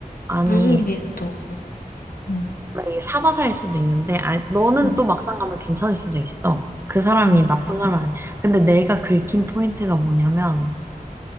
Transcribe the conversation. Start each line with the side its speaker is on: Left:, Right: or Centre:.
Right: 아니,
Left: 무슨 일이 있었던 거예요? 응
Right: 원래 이게 사바사일 수도 있는데, 아니, 너는
Left: 응
Right: 또 막상 가면 괜찮을 수도 있어. 그 사람이
Left: 응
Right: 나쁜 사람 아니야. 근데 내가 긁힌 포인트가 뭐냐면,